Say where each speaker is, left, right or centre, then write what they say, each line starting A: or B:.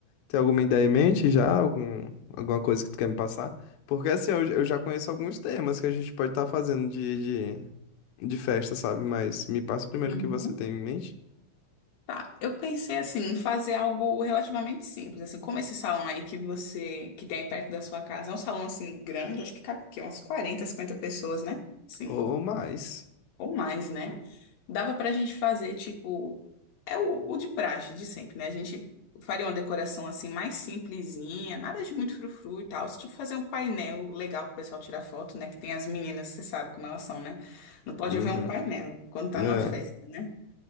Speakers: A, on the left; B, on the left.
A: tem alguma ideia em mente já? Algum, alguma coisa que tu quer me passar? Porque, assim, eu, eu já conheço alguns temas que a gente pode estar fazendo de... de- de festa, sabe? Mas me passa primeiro
B: Uhum.
A: o que você tem em mente.
B: Tá, eu pensei assim em fazer algo relativamente simples, assim, como esse salão aí que você que tem aí perto da sua casa, é um salão assim grande, acho que cabe o Umas 40 50 pessoas, né? Sim.
A: Ou mais.
B: Ou mais, né? Dava pra gente fazer, tipo, é o, o de praxe, de sempre, né? A gente faria uma decoração assim mais simplesinha, nada de muito frufru e tal. Tipo, fazer um painel legal pro pessoal tirar foto, né? Que tem as meninas, você sabe como elas são, né? Não pode
A: Uhum.
B: ver um painel quando tá
A: É.
B: numa festa, né?